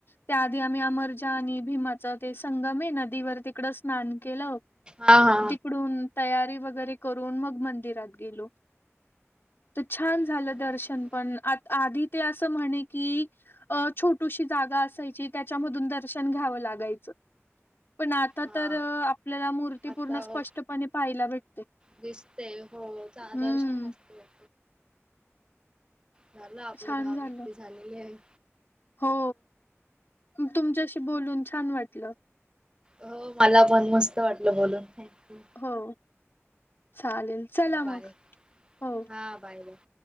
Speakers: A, on the left; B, on the right.
A: त्याआधी आम्ही अमरजा आणि भीमाच ते संगम आहे नदीवर तिकडं स्नान केलं होतं.
B: हा हा.
A: तिकडून तयारी वगैरे करून मग मंदिरात गेलो. तर छान
B: अच्छा
A: झालं
B: मस्त.
A: दर्शन पण आ आधी ते असं म्हणे की अ छोटूशी जागा असायची, त्याच्यामधून दर्शन घ्यावं लागायचं पण आता
B: हा
A: तर आपल्याला मूर्ती
B: आता
A: पूर्ण स्पष्टपणे पाहायला भेटते.
B: दिसते हो <unintelligible>
A: हम्म.
B: दर्श नसते. झालं आपलं
A: छान
B: दहा
A: झालं.
B: मिनटे झालेली आहे.
A: हो. तुमच्याशी बोलून छान वाटलं.
B: हो मला पण मस्त वाटलं बोलून. थँक्यू
A: हो चालेल. चला
B: बाय
A: मग. हो.
B: हा बाय बाय